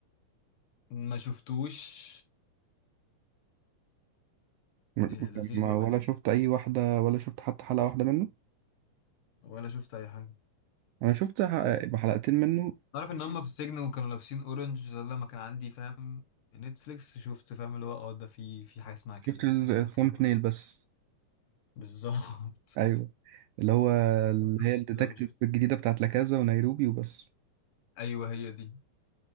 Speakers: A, on the left; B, on the right.
A: ما شفتوش
B: م-
A: إيه لذيذ
B: ما-
A: ولا
B: ولا
A: ايه
B: شفت اي واحده ولا شفت حتى حلقه واحده منه
A: ولا شفت اي حاجه
B: انا شفت ح- حلقتين منه
A: تعرف ان هم في السجن وكانوا لابسين اورنج ده لما كان عندي فاهم نتفليكس شفت فاهم اللي هو اه ده في في حاجه اسمها كده
B: شفت
A: لكن
B: الثامب
A: ما كان
B: نيل بس
A: بالظبط
B: ايوه اللي هو اللي
A: <laughs>
B: هي الديتكتيف
A: كده ما شفت
B: الجديده بتاعت لاكازا ونيروبي وبس
A: ايوه هي دي